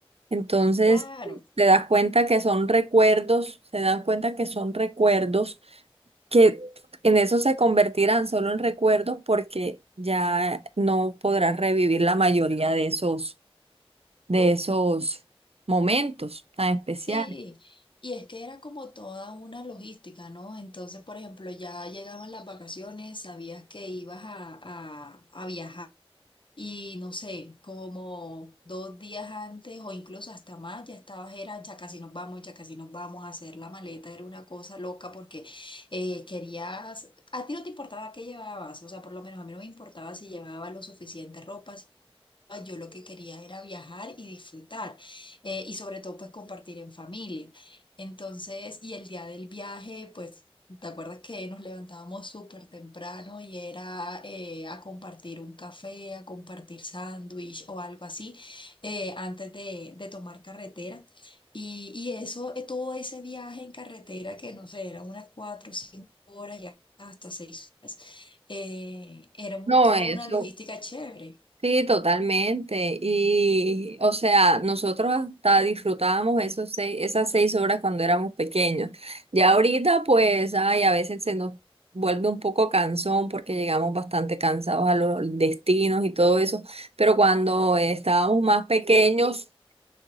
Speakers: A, on the right; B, on the left.
A: Entonces,
B: Claro.
A: te das cuenta que son recuerdos, se dan cuenta que son recuerdos que en eso se convertirán solo en recuerdos porque ya no podrás revivir la mayoría de esos de esos momentos tan especiales.
B: Sí, y es que era como toda una logística, ¿no? Entonces, por ejemplo, ya llegaban las vacaciones, sabías que ibas a, a, a viajar y no sé, como dos días antes o incluso hasta más, ya estabas, era ya casi nos vamos, ya casi nos vamos a hacer la maleta, era una cosa loca porque eh, querías, a ti no te importaba qué llevabas, o sea, por lo menos a mí no me importaba si llevaba lo suficiente ropa, Ah, yo lo que quería era viajar y disfrutar eh, y sobre todo pues compartir en familia. Entonces, y el día del viaje, pues, ¿te acuerdas que nos levantábamos súper temprano y era eh, a compartir un café, a compartir sándwich o algo así eh, antes de, de tomar carretera? Y, y eso, eh, todo ese viaje en carretera que no sé, eran unas cuatro o cinco horas y hasta seis horas, eh, era un-
A: No,
B: toda
A: eso,
B: una logística chévere.
A: sí, totalmente. Y, o sea, nosotros hasta disfrutábamos esos seis, esas seis horas cuando éramos pequeños. Ya ahorita, pues, ay, a veces se nos vuelve un poco cansón porque llegamos bastante cansados a los destinos y todo eso. Pero cuando estábamos más pequeños,